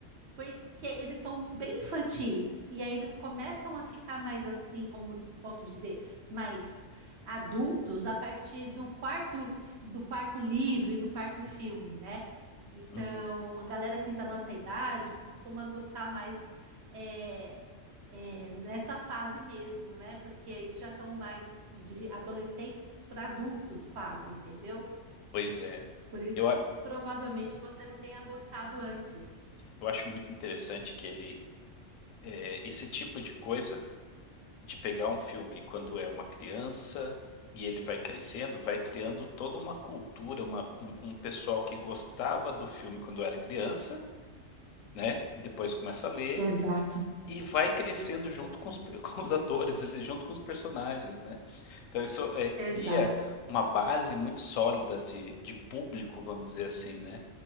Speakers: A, on the right (about 60°); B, on the left (about 85°).
A: porque eles são bem infantis. E aí eles começam a ficar mais assim, como d- posso dizer, mais adultos a partir do quarto, do quarto livro e do quarto filme, né? Então,
B: uhum,
A: a galera assim da nossa idade costuma gostar mais é, é, nessa fase mesmo, né? Porque aí eles já estão mais de adolescentes para adultos, quase, entendeu?
B: pois é.
A: Por isso
B: Eu, a-
A: que provavelmente você não tenha gostado antes.
B: eu acho muito interessante que ele É, esse tipo de coisa, de pegar um filme quando é uma criança e ele vai crescendo, vai criando toda uma cultura, uma, um, um pessoal que gostava do filme quando era criança, né? Depois começa a ler
A: Exato.
B: e vai crescendo junto com os, pe- <laughs> com os atores, ali, junto com os personagens, né? Então isso é, cria
A: Exato.
B: uma base muito sólida de, de público, vamos dizer assim, né?